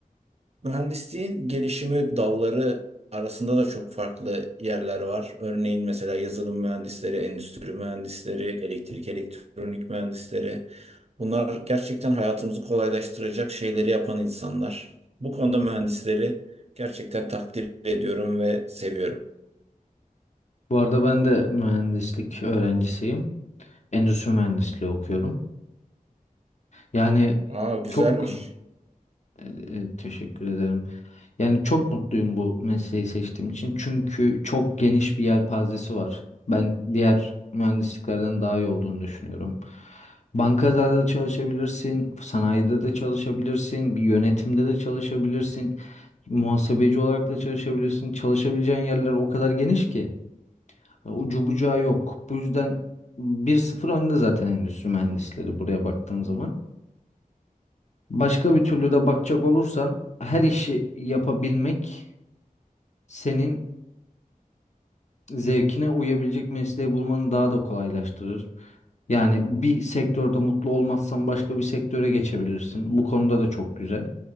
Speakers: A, on the right; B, on the left.
A: Mühendisliğin gelişimi dalları arasında da çok farklı yerler var. Örneğin mesela yazılım mühendisleri, endüstri mühendisleri, elektrik, elektronik mühendisleri. Bunlar gerçekten hayatımızı kolaylaştıracak şeyleri yapan insanlar. Bu konuda mühendisleri gerçekten takdir ediyorum ve seviyorum.
B: Bu arada ben de mühendislik öğrencisiyim. Endüstri mühendisliği okuyorum. Yani
A: Aa güzelmiş.
B: çok e, e, teşekkür ederim. Yani çok mutluyum bu mesleği seçtiğim için. Çünkü çok geniş bir yelpazesi var. Ben diğer mühendisliklerden daha iyi olduğunu düşünüyorum. Bankada da çalışabilirsin, sanayide de çalışabilirsin, bir yönetimde de çalışabilirsin. Muhasebeci olarak da çalışabilirsin. Çalışabileceğin yerler o kadar geniş ki. hani Ucu bucağı yok. Bu yüzden bir sıfır önde zaten endüstri mühendisleri buraya baktığın zaman. Başka bir türlü de bakacak olursan her işi yapabilmek senin zevkine uyabilecek mesleği bulmanı daha da kolaylaştırır. Yani bir sektörde mutlu olmazsan başka bir sektöre geçebilirsin. Bu konuda da çok güzel.